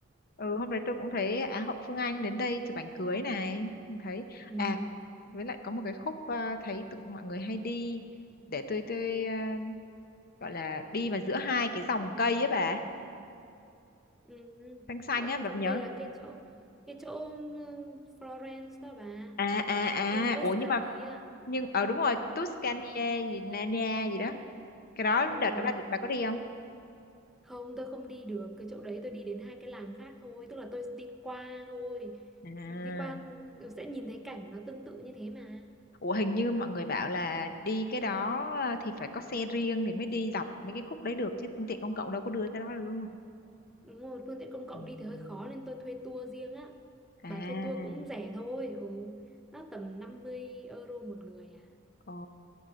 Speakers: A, on the left (about 50°); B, in the centre.
A: Ừ, hôm đấy tôi cũng thấy Á hậu Phương Anh đến đây chụp ảnh cưới này. Cũng Thấy.
B: Ừ,
A: À, với lại có một cái khúc à, thấy tụi mọi người hay đi. Để tôi tôi à, gọi là đi mà giữa hai cái dòng cây ấy bà.
B: ừ.
A: Xanh xanh
B: Giữa hai
A: á, bà
B: dòng
A: nhớ.
B: cây là cái chỗ Cái chỗ ừ, Florence đó bà
A: À, à, à.
B: Khu Tuscany
A: Ủa nhưng mà,
B: á
A: nhưng, ờ
B: Ừ,
A: đúng rồi. Tuscany gì, Nania gì đó. Cái đó
B: Đúng rồi
A: đợt đó bà, bà có đi không?
B: Không, tôi không đi được cái chỗ đấy, tôi đi đến hai cái làng khác thôi, tức là tôi đi qua thôi.
A: À.
B: Đi qua ừ, sẽ nhìn thấy cảnh nó tương tự như thế mà.
A: Ủa hình như mọi người bảo là đi cái đó à, thì phải có xe riêng thì mới đi dọc mấy cái khúc đấy được chứ phương tiện công cộng đâu có đưa tới đó được đúng không?
B: Đúng rồi, phương tiện công cộng
A: Ừm,
B: đi thì hơi khó nên tôi thuê tour riêng á.
A: À,
B: Bà thuê tour cũng rẻ thôi, ừ. Nó tầm 50 euro một người à.
A: ồ,